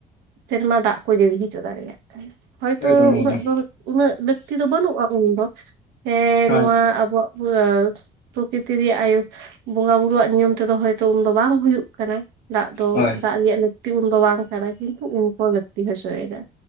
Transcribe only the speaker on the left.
ᱮᱠᱫᱚᱢ ᱮᱠᱫᱚᱢ
ᱦᱳᱭ
ᱦᱳᱭ